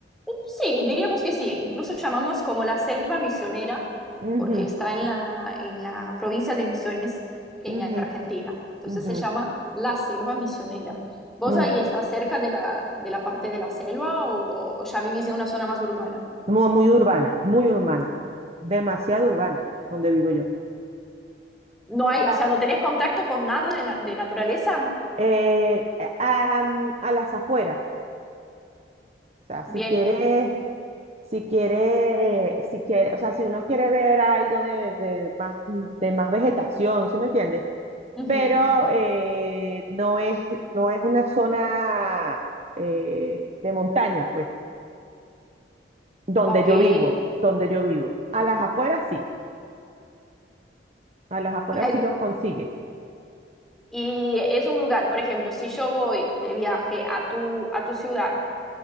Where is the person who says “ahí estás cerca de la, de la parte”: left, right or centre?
Centre